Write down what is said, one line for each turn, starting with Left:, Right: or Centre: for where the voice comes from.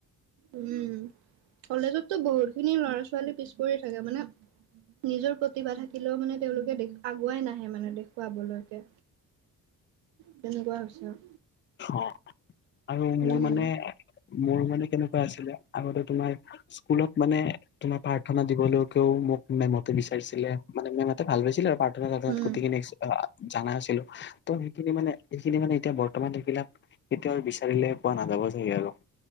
Right: উম কলেজতো বহুত খিনি লৰা ছোৱালী পিছ পৰি থাকে। মানে- নিজৰ প্ৰতিভা থাকিলেও মানে তেওঁলোকে দেখুৱাবই নাহে মানে দেখুৱাবলৈকে। কেনেকুৱা হৈছে?
Left: অঁ আৰু মোৰ
Right: উম,
Left: মানে মোৰ মানে- কেনেকুৱা আছিলে আগতে তোমাৰ স্কুলত মানে তোমাৰ প্ৰাৰ্থনা দিবলৈকেও মোক- মেমহঁতে বিচাৰছিলে মানে মেমহঁতে ভাল পাইছিলে আৰু পাৰ্থনা লগাওতে
Right: উম,
Left: গোটেই খিনি আছিলে। অঁ জানা নাছিলো, তো সেইখিনি মানে সেইখিনি মানে এতিয়া - বর্তমান সেইবিলাক কেতিয়াও বিচাৰিলে পোৱা নাযাব চাগে আৰু।